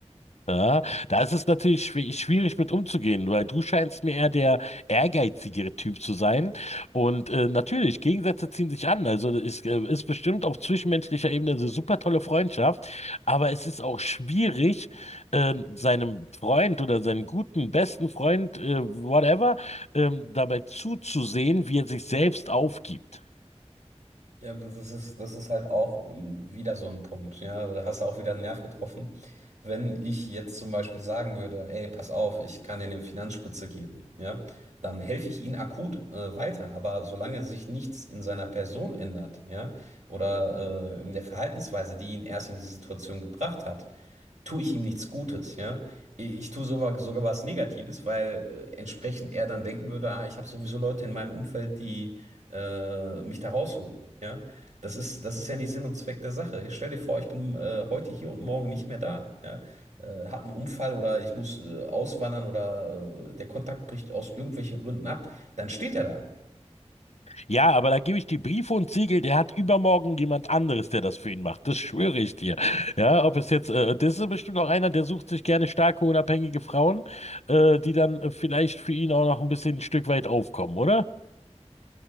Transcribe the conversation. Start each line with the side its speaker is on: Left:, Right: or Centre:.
Left: Ja, da ist es natürlich schwi- schwierig mit umzugehen, weil du scheinst mir eher der ehrgeizigere Typ zu sein. Und äh, natürlich, Gegensätze ziehen sich an. Also es äh, ist bestimmt auf zwischenmenschlicher Ebene eine super tolle Freundschaft, aber es ist auch schwierig, äh, seinem Freund oder seinem guten, besten Freund, äh, whatever, ähm, dabei zuzusehen, wie er sich selbst aufgibt.
Right: Ja, das ist, das ist halt auch ähm, wieder so ein Punkt. Ja, da hast du auch wieder einen Nerv getroffen. Wenn ich jetzt zum Beispiel sagen würde, ey, pass auf, ich kann dir eine Finanzspritze geben, ja, dann helfe ich ihm akut äh, weiter. Aber solange sich nichts in seiner Person ändert, ja, oder äh, in der Verhaltensweise, die ihn erst in diese Situation gebracht hat, tue ich ihm nichts Gutes, ja. Ich ich tue sogar, sogar was Negatives, weil äh, entsprechend er dann denken würde, ah, ich habe sowieso Leute in meinem Umfeld, die äh, mich da rausholen. Ja? Das ist, das ist ja nicht Sinn und Zweck der Sache. Ich stell dir vor, ich bin äh, heute hier und morgen nicht mehr da. Ja? Äh, hab einen Unfall oder ich muss äh, auswandern oder äh, der Kontakt bricht aus irgendwelchen Gründen ab. Dann steht er da.
Left: Ja, aber da gebe ich die Briefe und Siegel, der hat übermorgen jemand anderes, der das für ihn macht. Das schwöre ich dir. Ja, ob es jetzt, äh, das ist bestimmt auch einer, der sucht sich gerne starke, unabhängige Frauen, äh, die dann äh, vielleicht für ihn auch noch ein bisschen ein Stück weit aufkommen, oder?